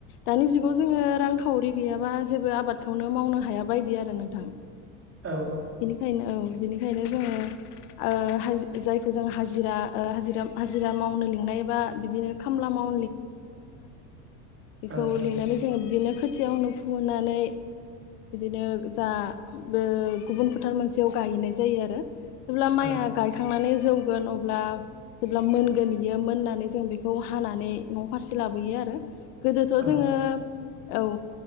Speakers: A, on the left; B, on the right.
A: दानि जुगाव जोङो रांखावरि गैयाबा जेबो आबादखौनो मावनो हाया बायदि आरो नोंथां।
B: औ औ
A: बेनिखायनो औ बिनिखायनो जोङो ओ हा जायखौ जों हाजिरा ओ हाजिरा हाजिरा मावनो लिंनाय बा बिदिनो खामला माव <inaudible>
B: औ नोंथां
A: खोथियावनो फुहोननानै बिदिनो जा बे गुबुन फोथार मोनसेयाव गायहैनाय जायो आरो जेब्ला माइआ
B: औ
A: गायखांनानै जौगोन अब्ला जेब्ला मोनगोन बियो मोननानै जों बेखौ हानानै न' फारसे लाबोयो आरो गोदोथ
B: औ
A: जोङो औ ओ